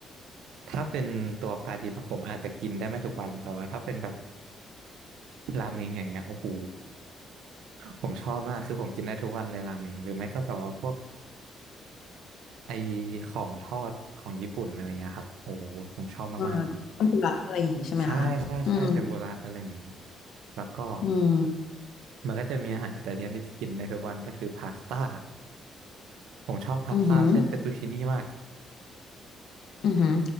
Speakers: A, on the right; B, on the left.
A: ถ้าเป็นตัวปลาดิบอะผมอาจจะกินได้ไม่ทุกวันแต่ว่าถ้าเป็นแบบราเมงอย่างเงี้ยโอ้โห ผมชอบมากคือผมกินได้ทุกวันเลยราเมงหรือไม่ก็แบบว่าพวกไอของทอดของญี่ปุ่นอะไรเงี้ยครับโอ้โหผมชอบมากๆเลย
B: เออทำลุระอะไรอย่างงี้ใช่ไหมคะอืม
A: ใช่ใช่ใช่เทมปุระอะไรอย่างนี้แล้วก็
B: อืม
A: มันก็จะมีอาหารอิตาเลียนที่กินได้ทุกวันก็คือพาสต้าผมชอบพาสต้าเส้นเฟตตูชินี่มาก
B: อือหืออือหือ